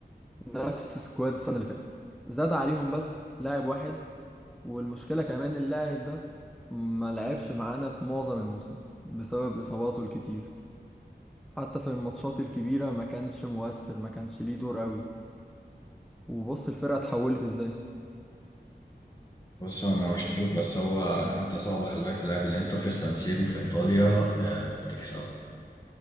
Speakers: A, in the centre; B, on the left (about 20°).
A: نفس سكواد السنة اللي فاتت زاد عليهم بس لاعب واحد والمشكلة كمان اللاعب ده ما لعبش معانا في معظم الموسم بسبب إصاباته الكتير حتى في الماتشات الكبيرة ما كانش مؤثر ما كانش ليه دور قوي وبص الفرقة اتحولت ازاي
B: بس انا مش عارف بس هو انت صعب خلي بالك تلعب الانتر في السان سيرو في ايطاليا آه، بتكسب